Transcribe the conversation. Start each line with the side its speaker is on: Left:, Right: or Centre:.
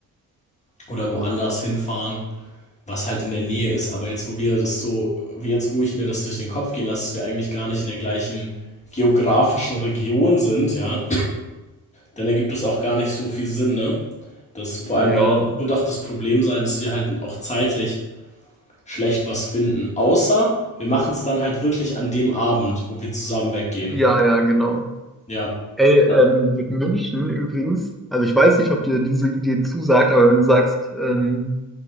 Left: oder woanders hinfahren was halt in der Nähe ist. Aber jetzt, wo wir das so, wie jetzt, wo ich mir das durch den Kopf gehen lasse, dass wir eigentlich gar nicht in der gleichen geografischen Region sind, ja, dann ergibt es auch gar nicht so viel Sinn, ne? Das, vor
Centre: Ja,
Left: allem, weil dann wird auch das Problem sein, dass wir halt auch zeitlich schlecht was finden. Außer wir machen es dann halt wirklich an dem Abend, wo wir zusammen weggehen.
Centre: ja, ja, genau.
Left: Ja.
Centre: Ey,
Left: Da-
Centre: ähm, mit München übrigens, also ich weiß nicht, ob dir diese Idee zusagt, aber wenn du sagst, ähm,